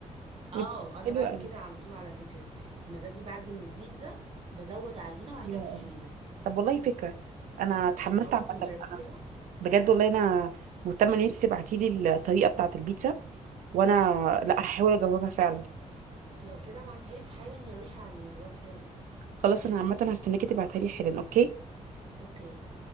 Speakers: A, on the right; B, on the right.
A: بت-
B: اه انا
A: حلو
B: بعمل
A: قوي
B: كده على طول على فكره لما باجي بعجن البيتزا بزود عجينه واعينها
A: يا.
B: في الفريزر
A: طب والله فكره انا اتحمست
B: انت عمرك
A: عامه
B: ما
A: انا
B: جربتيها
A: بجد والله انا مهتمه ان انت تبعتي لي الطريقه بتاعه البيتزا وانا لا هحاول اجاوبها فعلا
B: انت لو كده ابعتها لك حالا يا روحي على الواتساب
A: خلاص انا عامه هستناكي تبعتها لي حالا اوكي
B: اوكي